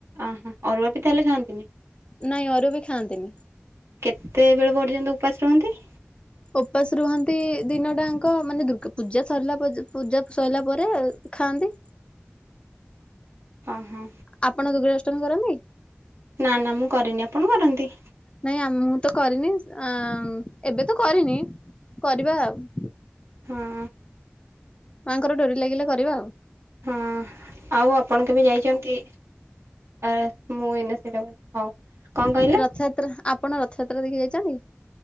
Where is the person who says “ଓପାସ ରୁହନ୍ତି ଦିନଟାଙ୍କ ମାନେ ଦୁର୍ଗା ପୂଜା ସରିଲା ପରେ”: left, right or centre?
Left